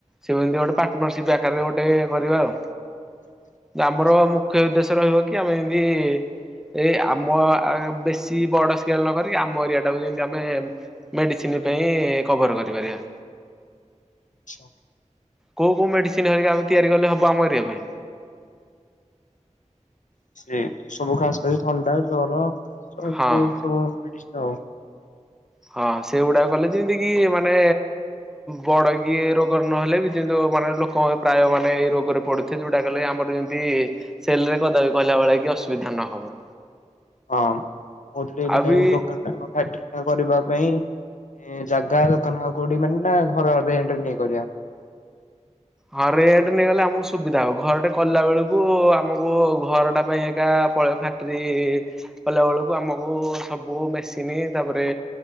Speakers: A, in the centre; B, on the left (about 80°).
A: ସେମିତି ଗୋଟେ ପାର୍ଟନରସିପ୍ ଆକାରରେ ଗୋଟେ କରିବା ଆଉ‌।
B: <inaudible> ଆଚ୍ଛା।
A: ଆମର ମୁଖ୍ୟ ଉଦ୍ଦେଶ୍ୟ ରହିବ କି ଆମେ ଏମିତି ଏଇ ଆମ ବେଶୀ ବଡ଼ ସ୍କେଲ ନବାନି ଆମ ଏରିଆ ଟାକୁ ଯେମିତି ଆ ଆମେ ମେଡ଼ିସିନ୍ ପାଇଁ କଭର କରିପାରିବା।
B: ଆଚ୍ଛା।
A: କୋଉ କୋଉ ମେଡ଼ିସିନ୍ ହେରିକା ଆମେ ତିଆରି କଲେ ହବ ଆମ ଏରିଆ ପାଇଁ?
B: ଏଇ ସବୁ ଖାସ, ଥଣ୍ଡା, ଜର ଏଇ
A: ହଁ।
B: ସବୁ <unintelligible>
A: ହଁ ସେଗୁଡ଼ାକ କଲେ ଯେମିତି କି ମାନେ ବଡ଼ କିିଏ ରୋଗ ନହେଲେ ବି ଯେମିତି ମାନେ ଲୋକ ପ୍ରାୟ ମାନେ ଏଇ ରୋଗରେ ପଡୁଥିବେ ଯୋଉଟା କଲେ ଆମର ଯେମିତି ସେଲ୍ ରେ କଦାପି କହିଲା ଭଳିଆ କି ଅସୁବିଧା ନହବ।
B: ହଁ କହୁଥିଲି ମାନେ
A: ଆଉ ବି
B: ଦୋକାନ ଟା ଆମ ଫ୍ୟାକ୍ଟ୍ରି କରିବା ପାଇଁ। ଏ ଜାଗା ଦୋକାନ ଘର କୋଉଠି ମାନେ <unintelligible> ଘର ରେଣ୍ଟ୍ ରେ ନେଇ କରିବା।
A: ହଁ ରେଣ୍ଟ୍ ନେଇଗଲେ ଆମକୁ ସୁବିଧା ହବ ଘରଟେ କଲା ବେଳକୁ ଆମକୁ ଘର ଟା ପାଇଁ ଏକା ପଳେଇବ ଫ୍ୟାକ୍ଟ୍ରି କଲା ବେଳକୁ ଆମକୁ ସ ସବୁ ମେସିନ୍ ତାପରେ